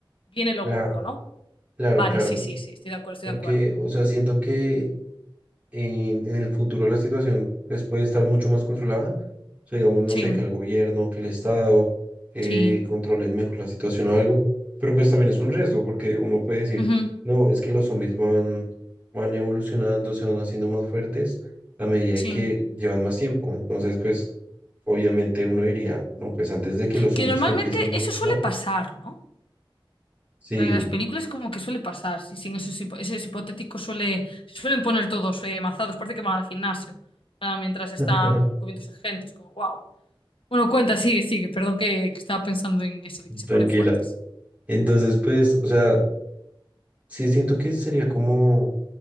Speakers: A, on the left; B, on the right.
A: viene lo
B: claro,
A: gordo, ¿no?
B: claro,
A: Vale,
B: claro,
A: sí, sí, sí, estoy de acuerdo, estoy
B: porque,
A: de acuerdo.
B: o sea, siento que en, en el futuro la situación pues, puede estar mucho más controlada. O sea, digamos, no
A: Sí,
B: sé, que el gobierno, que el Estado eh,
A: sí,
B: controlen mejor la situación o algo, pero pues también es un riesgo porque uno puede decir,
A: ujú,
B: no, es que los zombies van, van evolucionando, se van haciendo más fuertes a medida de
A: sí.
B: que llevan más tiempo. Entonces, pues, obviamente uno diría, no, pues antes de que los zombies
A: Que normalmente
B: empiecen a evolucionar,
A: eso suele pasar, ¿no?
B: sí.
A: En las películas como que suele pasar, sí, sí, en esos, hipo- esos hipotéticos suele, se suelen poner todos eh, mazados, parece que van al gimnasio, ah, mientras están
B: <laughs>
A: comiéndose gente, es como, wow. Bueno, cuenta, sigue, sigue. Perdón que, que estaba pensando en eso de que se
B: Tranquila.
A: ponen fuertes.
B: Entonces, pues, o sea, sí siento que sería como